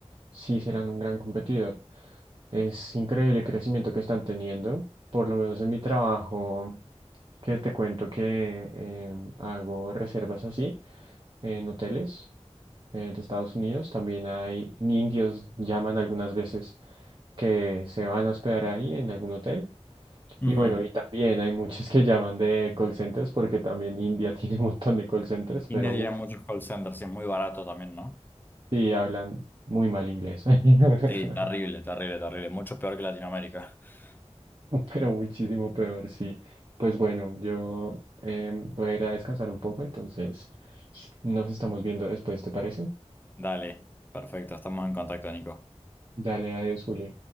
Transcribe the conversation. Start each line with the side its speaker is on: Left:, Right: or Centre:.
Right: sí serán un gran competidor. Es increíble el crecimiento que están teniendo, por lo menos en mi trabajo, que te cuento que em, hago reservas así en hoteles eh, de Estados Unidos. También hay indios, llaman algunas veces, que se van a hospedar ahí en algún hotel.
Left: Ujú.
Right: Y bueno, y también hay muchos que llaman de call centers, porque también India <laughs> tiene un montón de call centers, pero
Left: India tiene
Right: uff.
Left: muchos call centers y es muy barato también, ¿no?
Right: Sí, hablan muy mal inglés, <laughs>
Left: Sí, terrible, terrible, terrible. Mucho peor que Latinoamérica. <laughs>
Right: pero muchísimo peor, sí. Pues bueno, yo em, voy a ir a descansar un poco, entonces nos estamos viendo después, ¿te parece?
Left: Dale, perfecto, estamos en contacto, Nico.
Right: Dale, adiós, Juli.